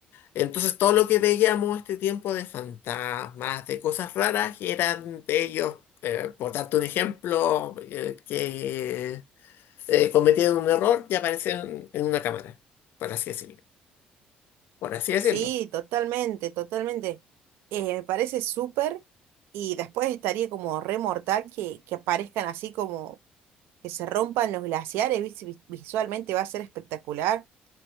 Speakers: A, on the left (about 70°); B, on the right (about 80°).
A: Entonces todo lo que veíamos este tiempo de fantasmas, de cosas raras, eran de ellos, eh, por darte un ejemplo, eh, que eh, cometieron un error y aparecieron en una cámara, por así decirlo. Por así decirlo.
B: Sí, totalmente, totalmente. Eh, me parece súper y después estaría como re mortal que, que aparezcan así como que se rompan los glaciares, ¿viste? Vis- Visualmente va a ser espectacular